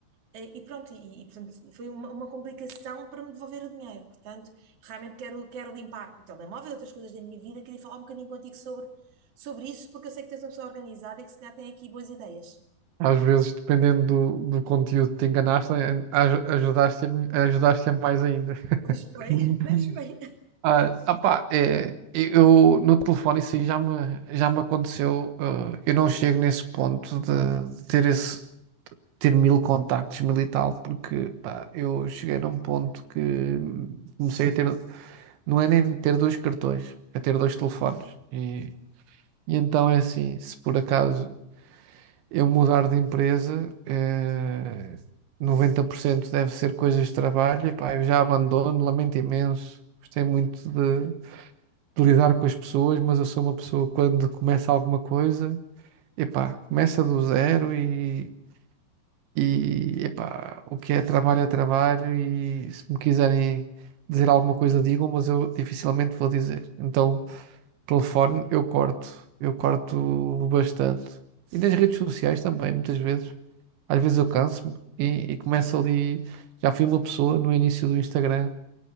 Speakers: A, on the right; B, on the right.
A: Eh, E pronto, e, e, portanto, foi uma, uma complicação para me devolver o dinheiro. Portanto, realmente quero, quero limpar o telemóvel e outras coisas da minha vida. Queria falar um bocadinho contigo sobre, sobre isso, porque eu sei que tens és uma pessoa organizada e que se calhar tem aqui boas ideias.
B: Às vezes, dependendo do, do conteúdo que te enganaste, aj- ajudaste, ajudaste mais ainda. <laughs>
A: Pois bem, <laughs> deixa bem.
B: Ah, opá, é, eu no telefone isso aí já me, já me aconteceu. ah, eu não chego nesse ponto de ter esse, ter mil contactos, mil e tal, porque pá, eu cheguei num ponto que comecei a ter. Não é nem ter dois cartões, é ter dois telefones. E, e então é assim, se por acaso eu mudar de empresa, eh, 90% deve ser coisas de trabalho, e pá, eu já abandono, lamento imenso. Gostei muito de, de lidar com as pessoas, mas eu sou uma pessoa que quando começa alguma coisa, epá, começa do zero e, e epá, o que é trabalho é trabalho e se me quiserem dizer alguma coisa digam, mas eu dificilmente vou dizer. Então telefone eu corto, eu corto bastante. E nas redes sociais também, muitas vezes. Às vezes eu canso-me e, e começo ali. Já fui uma pessoa no início do Instagram,